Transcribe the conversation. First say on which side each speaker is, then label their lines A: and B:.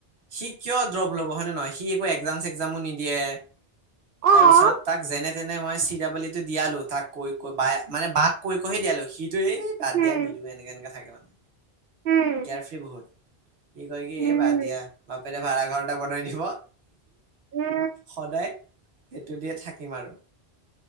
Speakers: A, on the right; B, on the right.
A: সি কিয় ড্ৰপ ল'ব, হয় নে নহয়? সি একো একজাম চেগজামো নিদিয়ে।
B: অ',
A: তাৰপিছত তাক যেনে তেনে মই চি ডব্লিউ ই টো দিয়ালো তাক কৈ কৈ, বাই মানে বাক কৈ কৈহে দিয়ালো, সি টোৱে এই বাদ
B: উম,
A: দিয়া, নিদিৱে এনেকে এনেকে থাকে মানে।
B: উম,
A: কেয়াৰ ফ্ৰী বহুত, সি কয় কি?
B: উম,
A: এই বাদ দিয়া, বাপেৰে ভাড়া ঘৰ এটা বনাই দিব
B: উম।
A: সদায় সেইটোৱে দিয়ে থাকিম আৰু।